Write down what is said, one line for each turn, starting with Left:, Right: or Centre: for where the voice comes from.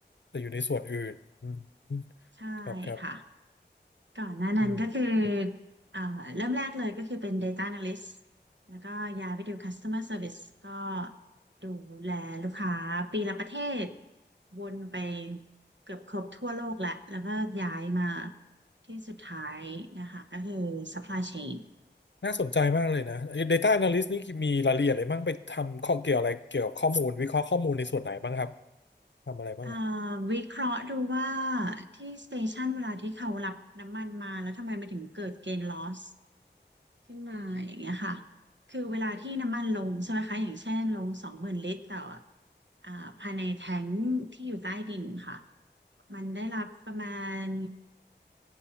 Left: แต่อยู่ในส่วนอื่นอืม
Right: ใช่
Left: ครับครับ
Right: ค่ะ ก่อนหน้านั้นก็คือ
Left: อืม
Right: เอ่อเริ่มแรกเลยก็คือเป็น Data Analyst แล้วก็ย้ายไปดู Customer Service ก็ดูแลลูกค้าปีละประเทศวนไปเกือบครบทั่วโลกแหละ แล้วก็ย้ายมาที่สุดท้ายนะคะก็คือ Supply Chain
Left: น่าสนใจมากเลยนะ Data Analyst นี่มีรายละเอียดอะไรบ้างไปทำข้อเกี่ยวอะไรเกี่ยวกับข้อมูลวิเคราะห์ข้อมูลในส่วนไหนบ้างครับทำอะไรบ้างอ่ะ
Right: เอ่อวิเคราะห์ดูว่าที่สเตชันเวลาที่เขารับน้ำมันมาแล้วทำไมมันถึงเกิด gain loss ขึ้นมาอย่างเงี้ยค่ะคือเวลาที่น้ำมันลงใช่ไหมคะอย่างเช่นลงสองหมื่นลิตรต่ออ่าภายในแทงค์ที่อยู่ใต้ดินค่ะมันได้รับประมาณ